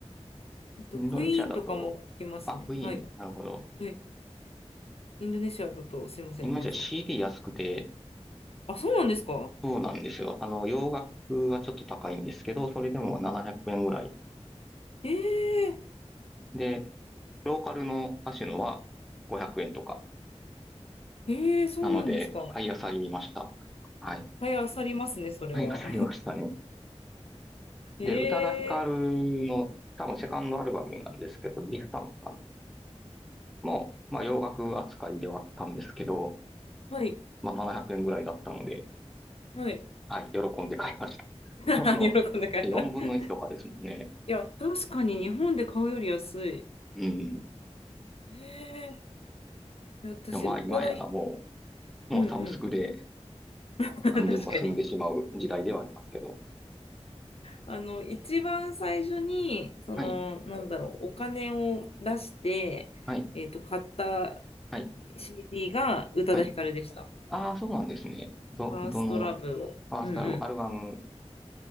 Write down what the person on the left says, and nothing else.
あと、
クイーンとかも聞きますね。
はい、
はい。インドネシアだとすいません、
どうぞ。
あ、そうなんですか
ええ
えーそうなんですか。
はい、あさりますね、それは。
<laughs>
ええ
はい、
はい。
<laughs>
喜んで買います。いや、確かに日本で買うより安い。
ええいや私、
宇多田ヒ、
うんうん。
<laughs>
確かに。あの、一番最初に、その、
なんだろう、お金を出して、
えっと、買った
CD が宇多田ヒカルでした。
ファーストラブを。
うんうん。